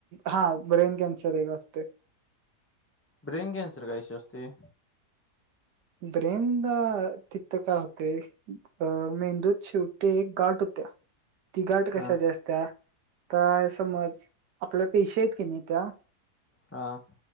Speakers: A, on the right (about 80°); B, on the left (about 20°).
A: हा ब्रेन कॅन्सर एक असतोय.
B: ब्रेन कॅन्सर काय इशु असतोय.
A: ब्रेन दा तिथं का होतयं? अ मेंदूत शेवटी एक गाठ होत्या ती गाठ कशाची
B: हां,
A: अ -- त्या तर समज आपल्या पेशी हाईत कनी त्या
B: ह.